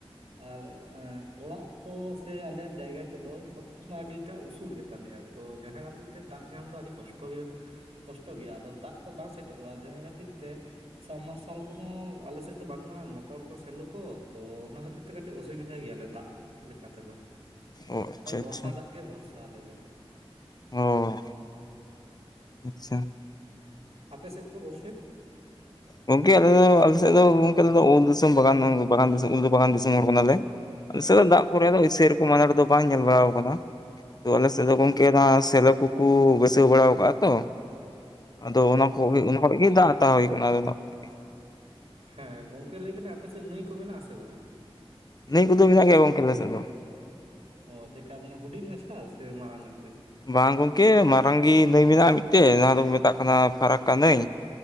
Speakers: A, on the right; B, on the left.
A: ᱟᱨ ᱚᱲᱟᱜ ᱠᱚ ᱥᱮ ᱟᱞᱮᱭᱟᱜ ᱡᱟᱭᱜᱟ ᱠᱚᱫᱚ ᱚᱛ ᱠᱷᱚᱱᱫᱚ ᱟᱹᱰᱤᱴᱟᱜ ᱩᱥᱩᱞ ᱜᱮᱛᱟᱞᱮᱭᱟ᱾ ᱛᱚ ᱡᱟᱦᱟᱸ ᱠᱷᱟᱹᱛᱤᱨ ᱛᱮ ᱫᱟᱜ ᱧᱟᱢ ᱫᱚ ᱟᱹᱰᱤ ᱠᱚᱥᱴᱚ ᱜᱮᱭᱟ ᱾ ᱠᱚᱥᱴᱚ ᱜᱮᱭᱟ ᱟᱫᱚ ᱫᱟᱜ ᱠᱚ ᱵᱟᱝ ᱥᱮᱴᱮᱨᱚᱜᱼᱟ ᱡᱟᱦᱟᱸ ᱠᱷᱟᱹᱛᱤᱨ ᱛᱮ ᱥᱟᱵᱢᱟᱨᱥᱟᱞ ᱠᱚᱦᱚᱸ ᱟᱞᱮ ᱥᱮᱫ ᱫᱚ ᱵᱟᱹᱱᱩᱜᱼᱟ ᱢᱚᱴᱚᱨ ᱠᱚ ᱥᱮᱞᱚ ᱠᱚ ᱛᱚ ᱚᱱᱟ ᱠᱷᱟᱹᱛᱤᱨ ᱛᱮ ᱠᱟᱹᱴᱤᱡ ᱚᱥᱩᱵᱤᱫᱟ ᱜᱮᱭᱟᱞᱮ ᱫᱟᱜ ᱞᱮᱠᱟ ᱛᱮᱫᱚ
B: ᱚ ᱟᱪᱪᱷᱟ
A: ᱱᱚᱜᱼᱚᱭ ᱵᱚᱨᱥᱟ
B: ᱟᱪᱪᱷᱟ᱾
A: ᱫᱟᱜ ᱜᱮ ᱵᱷᱚᱨᱥᱟ ᱟᱞᱮ ᱫᱚ᱾
B: ᱚ ᱟᱪᱪᱷᱟ ᱾
A: ᱟᱯᱮ ᱥᱮᱫ ᱫᱚ ᱜᱚᱢᱠᱮ
B: ᱜᱚᱝᱠᱮ ᱟᱞᱮ ᱟᱞᱮ ᱥᱮᱫ ᱫᱚ ᱜᱚᱢᱠᱮ ᱟᱞᱮ ᱩᱞ ᱫᱤᱥᱚᱢ ᱵᱟᱜᱟᱱ ᱵᱟᱜᱟᱱ ᱫᱤᱥᱚᱢ ᱩᱞ ᱵᱟᱜᱟᱱ ᱫᱤᱥᱚᱢ ᱦᱚᱲ ᱠᱟᱱᱟᱞᱮ ᱟᱞᱮ ᱥᱮᱫ ᱫᱚ ᱫᱟᱜ ᱠᱚᱨᱮ ᱫᱚ ᱥᱮᱨᱚᱠᱚᱢ ᱟᱱᱟᱴ ᱫᱚ ᱵᱟᱝ ᱧᱮᱞ ᱵᱟᱲᱟ ᱠᱟᱱᱟ ᱛᱚ ᱟᱞᱮ ᱥᱮᱫ ᱫᱚ ᱜᱚᱢᱠᱮ
A: ᱟᱪ
B: ᱚᱱᱟ ᱥᱮᱞᱚ ᱠᱚᱠᱚ ᱵᱟᱹᱭᱥᱟᱹᱣ ᱵᱟᱲᱟ ᱠᱟᱜᱼᱟ ᱛᱚ ᱟᱫᱚ ᱚᱱᱟ ᱠᱚ ᱚᱱᱟ ᱠᱷᱚᱡ ᱜᱮ ᱫᱟᱜ ᱦᱟᱛᱟᱣ ᱦᱩᱭ ᱠᱟᱱᱟ ᱟᱫᱚ ᱚᱱᱟ ᱠᱚᱜᱮ
A: ᱦᱮᱸ ᱜᱚᱝᱠᱮ ᱞᱟᱹᱭ ᱫᱟᱹᱞᱤᱧ ᱟᱯᱮ ᱥᱮᱫ ᱱᱟᱹᱭ ᱠᱚ ᱢᱮᱱᱟᱜ ᱟᱥᱮ ᱵᱟᱝ-ᱟ
B: ᱱᱟᱹᱭ ᱠᱚᱫᱚ ᱢᱮᱱᱟᱜ ᱜᱮᱭᱟ ᱜᱚᱝᱠᱮ ᱟᱞᱮ ᱥᱮᱫ ᱫᱚᱼᱼ
A: ᱚ ᱪᱮᱠᱟ ᱢᱟᱱᱮ ᱦᱩᱰᱤᱧ ᱢᱟᱪᱷᱟ ᱥᱮ ᱢᱟᱨᱟᱝ ᱧᱚᱜ ᱜᱮ
B: ᱵᱟᱝ ᱜᱚᱢᱠᱮ ᱢᱟᱨᱟᱝ ᱜᱮ ᱱᱟᱹᱭ ᱢᱮᱱᱟᱜᱼᱟ ᱢᱤᱫᱴᱮᱡ ᱱᱚᱣᱟ ᱫᱚᱠᱚ ᱢᱮᱛᱟᱜ ᱠᱟᱱᱟ ᱯᱷᱟᱨᱟᱠᱠᱟ ᱱᱟᱹᱭ